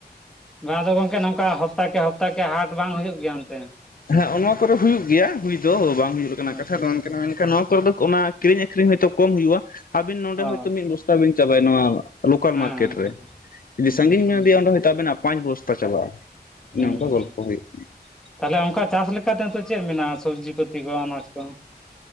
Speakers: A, in the centre; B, on the left.
A: ᱵᱟᱝ ᱟᱫᱚ ᱜᱚᱢᱠᱮ ᱱᱚᱝᱠᱟ ᱦᱟᱯᱛᱟ ᱠᱮ ᱦᱚᱯᱛᱟ ᱠᱮ ᱦᱟᱴ, ᱵᱟᱝ ᱦᱳᱭᱳᱜ ᱜᱮᱭᱟ ᱚᱱᱛᱮ?
B: ᱦᱮᱸ, ᱱᱚᱣᱟ ᱠᱚᱨᱮ ᱦᱩᱭᱩᱜ ᱜᱮᱭᱟ ᱦᱩᱭ ᱫᱚ ᱵᱟᱝ ᱦᱩᱭᱜ ᱞᱮᱠᱟᱱᱟᱜ
A: ᱟᱪᱪᱷᱟ
B: ᱠᱟᱛᱷᱟ ᱫᱚ
A: ᱟᱪᱪᱷᱟ
B: ᱵᱟᱝ ᱠᱟᱱᱟ᱾ ᱢᱮᱱᱠᱷᱟᱱ ᱱᱚᱣᱟ ᱠᱚᱨᱮ ᱫᱚ ᱚᱱᱟ ᱠᱤᱨᱤᱧ ᱟᱹᱠᱷᱨᱤᱧ ᱦᱚᱭᱛᱳ ᱠᱚᱢ ᱦᱩᱭᱩᱜᱼᱟ᱾ ᱟᱹᱵᱤᱱ ᱱᱚᱰᱮ
A: ᱚ
B: ᱦᱚᱭᱛᱳ ᱢᱤᱫ ᱵᱚᱥᱛᱟ ᱵᱤᱱ ᱪᱟᱵᱟᱭ ᱱᱚᱣᱟ ᱞᱳᱠᱟᱞ
A: ᱦᱮᱸ
B: ᱢᱟᱨᱠᱮᱴ
A: ᱦᱮᱸ
B: ᱨᱮ, ᱡᱩᱫᱤ
A: ᱦᱩᱸ
B: ᱥᱟᱺᱜᱤᱧ ᱵᱮᱱ ᱤᱫᱮᱭᱟ ᱚᱸᱰᱮ ᱦᱚᱭᱛᱳ ᱟᱵᱮᱱᱟᱜ ᱯᱟᱸᱪ ᱵᱚᱥᱛᱟ ᱪᱟᱵᱟᱜᱼᱟ᱾ ᱚᱱᱮ
A: ᱦᱩᱸ
B: ᱚᱱᱠᱟ
A: ᱦᱩᱸ
B: ᱜᱚᱞᱯᱷᱚ ᱦᱳᱭᱳᱜ᱾
A: ᱛᱟᱦᱚᱞᱮ ᱚᱱᱠᱟ ᱪᱟᱥ ᱞᱮᱠᱟᱛᱮ ᱟᱫᱚ ᱪᱮᱫ ᱢᱮᱱᱟᱜᱼᱟ, ᱥᱚᱵᱽᱡᱤ ᱯᱟᱹᱛᱤ ᱠᱚ ᱟᱱᱟᱡᱽ ᱠᱚ?